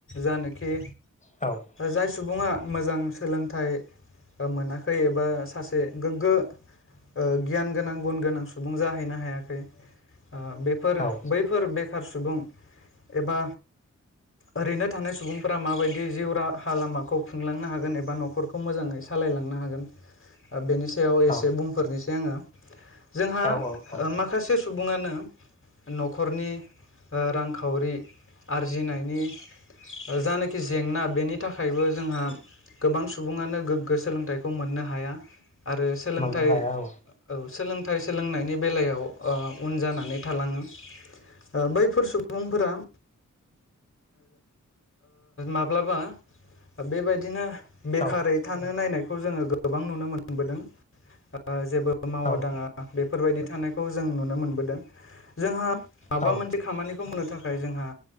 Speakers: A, on the left; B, on the left.
A: जानोखि
B: औ
A: जाय सुबुङा मोजां सोलोंथाइ मोनाखै एबा सासे गोग्गो ओ गियान गोनां गुन गोनां सुबुं जाहैनो हायाखै ओ बेफोर
B: औ
A: बैफोर बेखार सुबुं एबा ओरैनो थानाय सुबुंफोरा माबायदि जिउ राहा लामाखौ खुंलांनो हागोन एबा न'खरखौ मोजाङै सालायलांनो हागोन बेनि सायाव एसे
B: औ
A: बुंफोरनिसै आङो जोंहा
B: औ औ औ
A: माखासे सुबुङानो न'खरनि ओ रांखावरि आरजिनायनि जानाखि जेंना बेनि थाखायबो जोंहा गोबां सुबुङानो गोग्गो सोलोंथाइखौ मोननो हाया आरो सोलोंथाइ
B: मोननो हाया औ
A: औ सोलोंथाइ सोलोंनायनि बेलायाव ओ उन जानानै थालाङो ओ बैफोर सुबुंफोरा ओ माब्लाबा बेबायदिनो बेखारै
B: औ
A: थानो नायनायखौ जोङो गोबां नुनो मोनबोदों ओ जेबो मावा
B: औ
A: दाङा बेफोरबायदि थानायखौ जों नुनो मोनबोदों जोंहा माबा
B: औ
A: मोनसे खामानिखौ मावनो थाखाय जोंहा